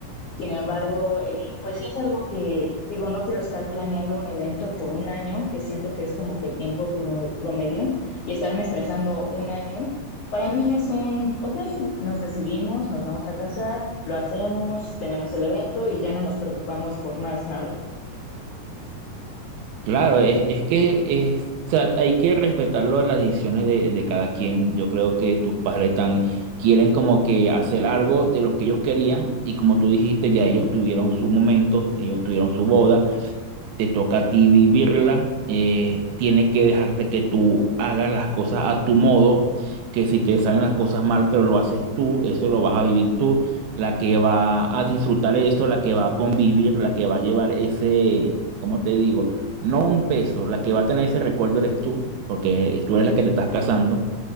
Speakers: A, on the left; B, on the right.
A: sin embargo, eh, pues sí es algo que, digo, no quiero estar planeando un evento por un año, que siento que es como que el tiempo prome- promedio, y estarme estresando un año. Para mí es un, ok, nos decidimos, nos vamos a casar, lo hacemos, tenemos el evento y ya no nos preocupamos por más nada.
B: Claro, es, es que es, o sea, hay que respetar lo de las decisiones de, de cada quien. Yo creo que tus padres tan quieren como que hacer algo de lo que ellos querían y como tú dijiste, ya ellos tuvieron sus momentos, ellos tuvieron su boda te toca a ti vivirla, eh, tienes que dejarte que tú hagas las cosas a tu modo, que si te salen las cosas mal, pero lo haces tú, eso lo vas a vivir tú, la que va a disfrutar eso, la que va a convivir, la que va a llevar ese, ¿cómo te digo? No un peso, la que va a tener ese recuerdo eres tú, porque tú eres la que te estás casando.